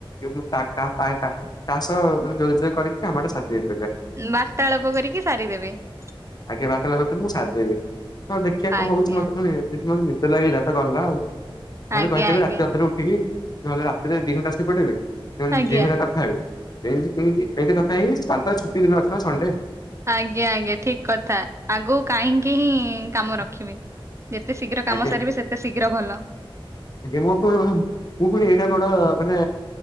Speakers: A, on the left; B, on the right.
A: ମୁଁ ତା, ତା, ତା ସହ ଯୋଗାଯୋଗ କରିକି କାମ ଟା ସାରି ଦିଏ।
B: ବାର୍ତ୍ତାଳାପ, କରିକି ସାରିଦେବେ ।
A: ଆଜ୍ଞା। ବାର୍ତ୍ତାଳାପ କରିକି ମୁଁ, ସାରିଦେବି ।ତ ଦେଖିଆ କଣ
B: ଆଜ୍ଞା
A: ହଉଚି। ମତେ ଯଦି ମତେ, ନିଦ ଲାଗିଲା ତ ଗଲା ଆଉ' । ନହେଲେ
B: ଆଜ୍ଞା
A: କହିଥିବି,
B: ଆଜ୍ଞା
A: ରାତି ଅଧାରୁ ଉଠିକି, ନହେଲେ ରାତିରେ ଦି ଘଣ୍ଟା ଶୋଇ ପଡିବେ, ଦି
B: ଆଜ୍ଞା।
A: ଘଣ୍ଟା କଥା ହେବେ। ଏ ଯେ କେମିତି ଏଇଠି କଥା ହେଇ, ହେଇ। କାଲି ତ ଛୁଟି ଦିନ ଅଛି ନା ସଣ୍ଡେ?
B: ଆଜ୍ଞା, ଆଜ୍ଞା ।ଠିକ୍ କଥା, ଆଗକୁ କାହିଁକି ହିଁ, କାମ ରଖିବେ। ଯେତେ ଶୀଘ୍ର କାମ
A: ଆଜ୍ଞା
B: ସାରିବେ, ସେତେ ଶୀଘ୍ର ଭଲ ।
A: ଆଜ୍ଞା, ମୁଁ ପ ମୁଁ ପୁଣି ଏଇଟା ବଡ ମାନେ